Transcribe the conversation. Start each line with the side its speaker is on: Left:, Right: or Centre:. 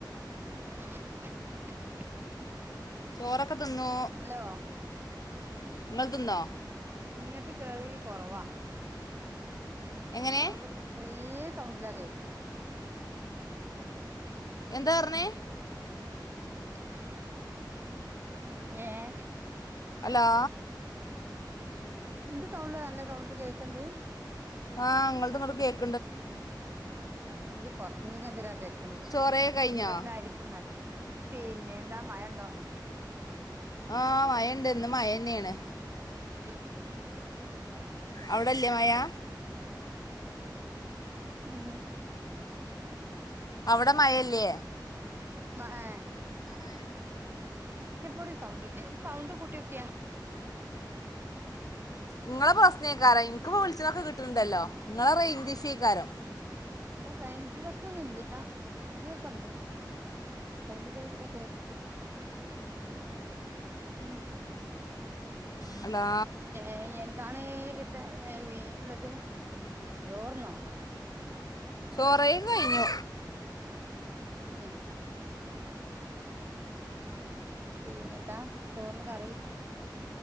Right: <inaudible>
Left: ചോറൊക്കെ തിന്നു
Right: ഹലോ
Left: ഇങ്ങള് തിന്നോ?
Right: ഇങ്ങട്ട് കേൾവി കൊറവാ
Left: എങ്ങനെ
Right: സൗണ്ട് ചെറീ സൗണ്ടില കേൾക്ക
Left: എന്താപർഞ്ഞേ
Right: <inaudible> ഏഹ്
Left: ഹലോ
Right: ന്റെ സൗണ്ട് നല്ല സൗണ്ടിൽ കേക്ക്ണ്ട്
Left: ആഹ് ങ്ങൾത്ങ്ങട്ട് കേക്ക്
Right: മ്മ് ഇത് കൊർച്ങ്ങനാ കേക്കണത്
Left: ചോറേ
Right: നെറ്റ്
Left: കഴിഞ്ഞോ
Right: പ്രശ്നായിരിക്കും ന്നാല് പിന്നെന്താ മഴ ഇണ്ടോ?
Left: ആഹ് മയണ്ട് ഇന്ന് മഴന്നേണ്
Right: <inaudible>
Left: അവടല്ലേ മയാ?
Right: ഉം
Left: അവടെ മഴല്ലേ?
Right: മെ ഏഹ്
Left: ആ ആഹ്
Right: ഒറ്റപൊടി സൗണ്ടില്ല സൗണ്ട് കൂട്ട്യോക്കിയാ.
Left: ഇങ്ങളെ പ്രശ്നയ്ക്കാരം ഇൻക്പ്പോ വിൾച്ചതൊക്കെ കിട്ട്ണ്ടല്ലോ ഇങ്ങളെ റെയ്ഞ്ചിഷു അയ്ക്കാരം
Right: പ്പൊ റെയ്ഞ്ച് പ്രശ്നൊന്നും ഇല്ല റെയ്ഞ്ചോക്കണ്ട് റെയ്ഞ്ചില്ലെങ്കി തീരെ കേക്കു ഉം
Left: ഹലോ
Right: ഏയ് എന്താണ് എത്ത ഏ വെ ള്ളത് ജോർന്നോ?
Left: ചോറെയിക്കെ കഴിഞ്ഞു
Right: ഏഹ് പിന്നത്താ ചോറിന് കറി?